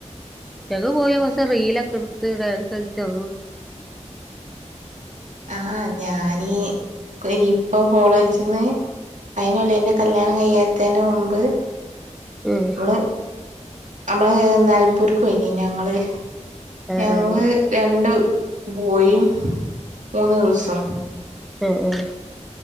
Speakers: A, in the centre; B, on the right (about 80°).
A: ഞങ്ങ പോയി പക്ഷെ റീലൊക്കെ എടുത്ത് ഡാൻസ് കളിച് <unintelligible>
B: ആഹ് ഞാനീ. ഇപ്പൊ കോളേജിന്ന് അതിനതിനല്ലതിന്റെ കല്യാണം കയ്യാത്തതിന് മുമ്പ്.
A: ഉം
B: നമ്മള് നമ്മള് നലമ്പൂർക്ക് പോയിനി ഞങ്ങള്
A: ആഹ്
B: ഞങ്ങള്. രണ്ട് ബോയി മൂന്ന് ഗേൾ സും.
A: ഏഹ് ഏഹ്